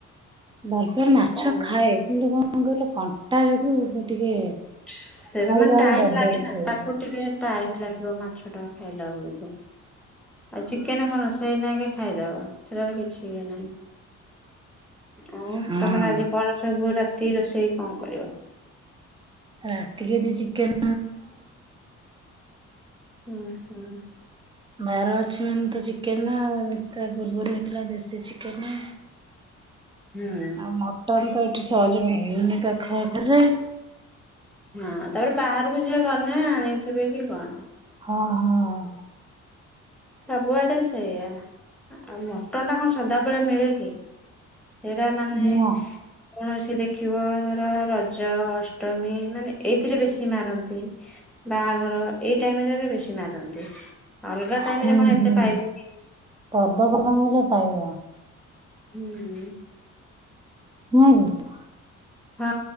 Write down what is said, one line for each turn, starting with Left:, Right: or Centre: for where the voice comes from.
Right: ଭଲ ପାଏ
Centre: କି?
Right: ମାଛ
Centre: କଣ
Right: ଖାଏ କିନ୍ତୁ କଣ କହିଲ କଣ୍ଟା ଯୋଗୁ ସେ ଟିକେ
Centre: ସେରେ
Right: ଖାଇଲା
Centre: ମାନେ ଟାଇମ
Right: ବେଳେ
Centre: ଲାଗେ
Right: ଡରି ଡରି
Centre: ନା
Right: ଖାଇବ।
Centre: ତାକୁ ଟିକେ ଟାଇମ ଲାଗିବ ମାଛ ଟା ଖାଇଲା ବେଳକୁ ଆଉ ଚିକେନ କଣ ସେଇନା କେ ଖାଇଦବା ସେଟାରେ କିଛି ଇଏ ନାହିଁ। ଆଉ
Right: ହଁ
Centre: ତମର ଆଜି କଣ ସବୁ ରାତି ରୋଷେଇ କଣ କରିବ?
Right: ରାତିକି ଆଜି ଚିକେନ୍।
Centre: ହୁଁ, ହୁଁ।।
Right: ବାହାଘର ଅଛି ମାନେ ତ ଚିକେନ ଆଉ ତା ପୂର୍ବରୁ ହେଇଥିଲା ଦେଶୀ ଚିକେନ।
Centre: ହୁଁ।
Right: ମଟନ୍ ତ ଏଠି ସହଯେ ମିଳୁନି ପାଖ ଆଖରେ।।
Centre: ହଁ, ତାପରେ ବାହାରକୁ ଯିଏ ଗନେ ଆଣିଥିବେ କି କଣ।
Right: ହଁ, ହଁ।
Centre: ସବୁଆଡେ ସେଇଆା ଆଉ ମଟନ ଟା କଣ ସଦାବେଳେ ମିଳେ କି? ହେରା ମାନେ
Right: ନା
Centre: କୌଣସି ଦେଖିବ ଧର ରଜ ଅଷ୍ଟମୀ ମାନେ ଏଇଥିରେ ବେଶୀ ମାରନ୍ତି। ବାହାଘର ଏଇ ଟାଇମ୍ ରେ ବେଶୀ ମାରନ୍ତି। ସବୁ ଟାଇମ୍
Right: ହୁଁ
Centre: ରେ କଣ ଏତେ
Right: ହୁଁ
Centre: ପାଇବେ।
Right: ପର୍ବପର୍ବାଣିରେ ପାଇବ
Centre: ହୁଁ।
Right: ନୁହଁକି?
Centre: ହଁ,